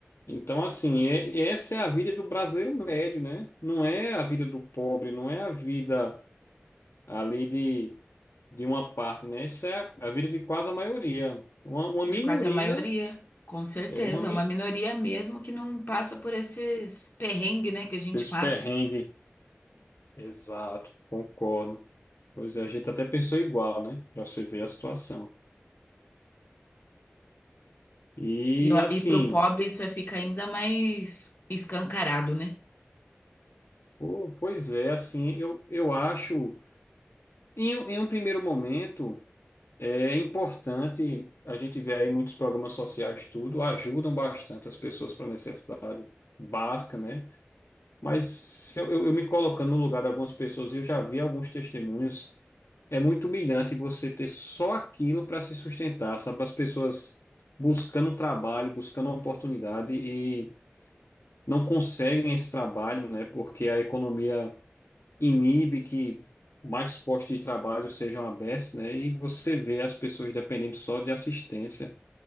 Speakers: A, on the left; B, on the left.
A: Então, assim, é- e essa é a vida do brasileiro médio, né? Não é a vida do pobre, não é a vida ali de, de uma parte, né? Essa é a, a vida de quase a maioria. Uma, uma
B: de
A: minoria,
B: quase a maioria, com certeza,
A: é uma... mi-
B: é uma minoria mesmo que não passa por esses perrengues, né, que a gente
A: Esse
B: passa.
A: perrengue. Exato, concordo. Pois é, a gente até pensou igual, né? Para você ver a situação. E
B: E, eu-
A: assim,
B: e pro pobre isso fica ainda mais escancarado, né?
A: pô, pois é, assim, eu, eu acho, em, um- em um primeiro momento, é importante, a gente vê aí muitos programas sociais, tudo, ajudam bastante as pessoas para necessidade básica, né? Mas se eu, eu, eu me colocando no lugar de algumas pessoas, e eu já vi alguns testemunhos, é muito humilhante você ter só aquilo para se sustentar, sabe? As pessoas buscando trabalho, buscando oportunidade e não conseguem esse trabalho, né? Porque a economia inibe que mais postos de trabalho sejam abertos, né? E você vê as pessoas dependendo só de assistência.